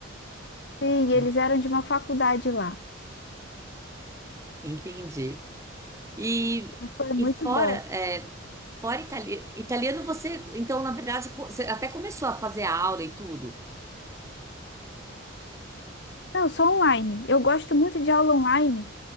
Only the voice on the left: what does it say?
Sim,
eles eram de uma faculdade lá.
Então, Foi muito
bom.
Não, só online. Eu gosto muito de aula online,